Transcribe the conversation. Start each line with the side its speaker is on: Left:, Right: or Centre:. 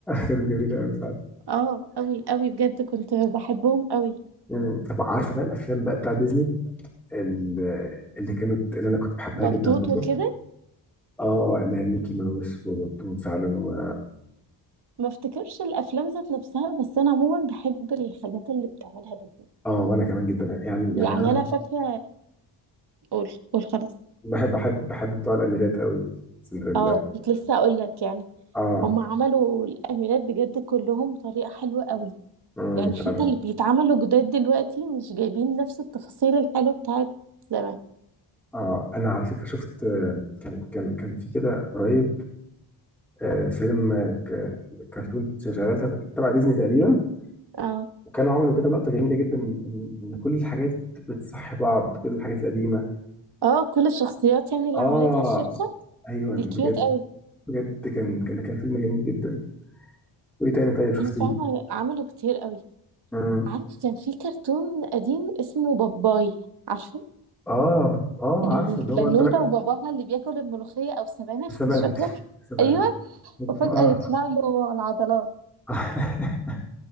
Centre: كانت جميله قوي فعلا
Right: اه قوي قوي بجد كنت بحبهم قوي
Centre: مم. طب عارفه بقى الافلام بقى بتاع ديزني ال- اللي كانت اللي انا كنت بحبها
Right: بطوط
Centre: جدا برضو
Right: وكده
Centre: اه اللي هي ميكي ماوس وبطوط فعلا و...
Right: ما افتكرش الافلام ذات نفسها بس انا عموما بحب الحاجات اللي بتعملها ديزني
Centre: اه وانا كمان جدا يعني يعني
Right: يعني
Centre: انا
Right: انا فاكره قول قول خلاص
Centre: بحب بحب بحب بتوع الاميرات قوي سندريلا
Right: اه كنت لسه اقول لك يعني
Centre: اه
Right: هم عملوا الاميرات بجد كلهم بطريقه حلوه قوي
Centre: امم
Right: يعني
Centre: فعلا
Right: حتى اللي بيتعملوا جداد دلوقتي مش جايبين نفس التفاصيل الحلوه بتاعت زمان
Centre: اه انا على فكره شفت آه، كان كان كان في كده قريب آه، فيلم آه، ك- كرتون شغال تبع تبع ديزني تقريبا
Right: اه
Centre: وكانوا عملوا كده لقطه جميله جدا ان إن كل الحاجات بتصحي بعض كل الحاجات القديمه
Right: اه كل الشخصيات يعني اللي
Centre: اه
Right: عملتها الشركه
Centre: ايوه
Right: دي
Centre: بجد
Right: كيوت قوي
Centre: بجد كان كان كان فيلم جميل جدا وايه تاني طيب شفتيه
Right: هم فعلا عملوا كتير قوي
Centre: امم
Right: عارف كان في كرتون قديم اسمه باباي عارفه
Centre: اه ب- اه عارفه
Right: البنوتة
Centre: اللي هو الر-
Right: وباباها اللي بياكل الملوخية أو السبانخ
Centre: السبانخ
Right: مش فاكرة
Centre: السبانخ
Right: أيوه وفجأة
Centre: اه
Right: يطلع له العضلات
Centre: <laughs>